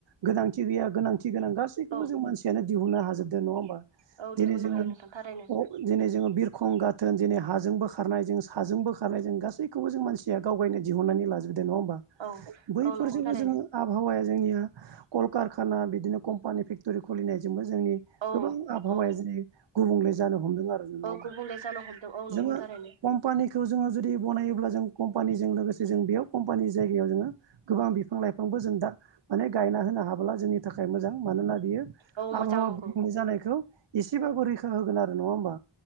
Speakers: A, on the right; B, on the right.
A: गोनांथि गैया गोनां थि गोनां गासैखौबो
B: औ
A: जों मानसियानो दिहुननो हाजोबदो नङा होनबा?
B: औ दिहुननो
A: दिनै जोङो
B: हायो नोंथां थारैनो
A: दिनै जोङो बिर खं गाथोन दिनै हाजोंबो खारनाय जों साजोंबो खारनाय जों गासैखौबो जों मानसिया गावगायनो दिहुननानै लाजोबदों। नङा होमबा
B: औ
A: बैफोरजोंबो
B: औ नंगौ थारैनो
A: जोङो आबहावाया जोंनिया कलकारखाना बिदिनो कम्पानि फेक्ट'रि खुलिनायजोंबो जोंनि
B: औ
A: गोबां आबहावाया
B: औ
A: दिनै गुबुंले जानो ह- हमदों आरो नङा
B: औ
A: होमबा
B: गुबुंले जानो हमदों औ नंगौ
A: जोङो
B: थारैनो
A: कम्पानि खौ जोङो जुदि बनायोब्ला जों कम्पानिजों लोगोसे जों बेयाव कम्पानिनि जायगायाव जोङो गोबां बिफां लाइफां बो जों दा माने गायना होनो हाब्ला जोंनि थाखाय मोजां मानोना बियो
B: औ मोजां
A: आबहावा
B: नंगौ
A: गुबुंले जानायखौ एसेबाबो रैखा होगोन आरो नङा होमबा?